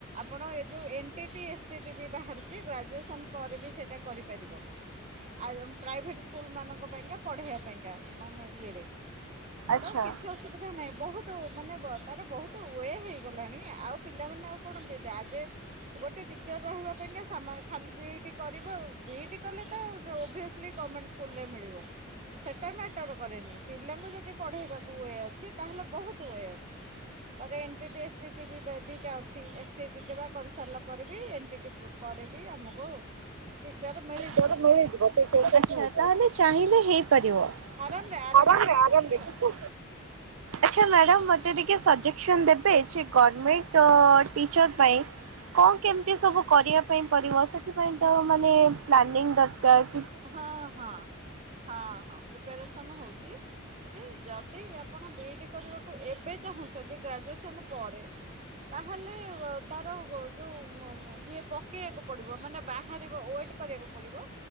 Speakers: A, on the right; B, on the right.
A: ଆପଣ ଏ ଯୋଉ ଏନ ଟିଟି ଏସଟିଟି ବି ବାହାରୁଚି ଗ୍ରାଜୁଏସନ ପରେ ବି ସେଟା କରିପାରିବ। ଆଇଏମ ପ୍ରାଇଭେଟ୍ ସ୍କୁଲ୍ ମାନଙ୍କ ପାଇଁକା ପଢେଇବା ପାଇଁକା ମାନେ ଇଏରେ
B: ଆଚ୍ଛା।
A: ତ କିଛି ଅସୁ ସୁବିଧା ନାହିଁ। ବହୁତୁ ମାନେ ବ-ତାର ବହୁତୁ ୱେ ହେଇଗଲାଣି। ଆଉ ପିଲାମାନେ ଆଉ କଣ ପିଲା ଆଗେ ଗୋଟେ ଟିଚର ରହିବା ପାଇଁକା ସାମା ଖାଲି ବିଇଡି କରିବ ଆଉ! ବିଇଡି କଲେ ତ ଓଭିଏସଲି ଗମେଣ୍ଟ ସ୍କୁଲ ରେ ମିଳିବ। ସେଟା ମ୍ୟାଟର କରେନି ପିଲାଙ୍କୁ ଯଦି ପଢେଇବାକୁ ୱଏ ଅଛି! ତାହେଲେ ବହୁତ ୱଏ ଅଛି। ଆରେ ଏଣ୍ଟିଟେଷ୍ଟ ଟିଭି ପା ଦିଟା ଅଛି! ଏସ୍ଟିଡିଡବା କରିସାରିଲା ପରେ ବି ଏଣ୍ଟିଡି ବୁକ ପରେ ବି ଆମକୁ ଟିଚର ମିଳିଚି
B: ଆଛା ତାହେଲେ ଚାହିଁଲେ ହେଇପାରିବ?
A: ଆରାମରେ ଆରାମରେ
B: ଆରାମେ ରେ
A: କିଛି
B: ଆରାମ
A: ଅସୁବିଧା
B: ରେ ଦେ
A: ନାହିଁ।
B: ଆଛ ମ୍ୟାଡ଼ାମ ମତେ ଟିକେ ସଜେସନ ଦେବେ ଯେ ଗଭର୍ମେଣ୍ଟ
A: ହୁଁ
B: ଅ ଟିଚର ପାଇଁ। କଣ କେମିତି ସବୁ କରିବା ପାଇଁ ପଡ଼ିବ ସେଥିପାଇଁ ତ ମାନେ ପ୍ଲାନିଂ? ଦରକାର୍।
A: ହଁ ହଁ ହଁ ହଁ ପ୍ରିପାରେସନ ହଉଛି। ସେ ଯଦି ଆପଣ ବିଇଡି କରିବାକୁ ଏବେ ଚାହୁଁଛନ୍ତି ଗ୍ରାଜୁଏସନ ପରେ। ତାହେଲେ ତାର ଯୋଉ ଇଏ ପକେଇବାକୁ ପଡିବ ମାନେ ବାହାରିବ ଓ ଏଟ୍। କରିବାକୁ ପଡିବ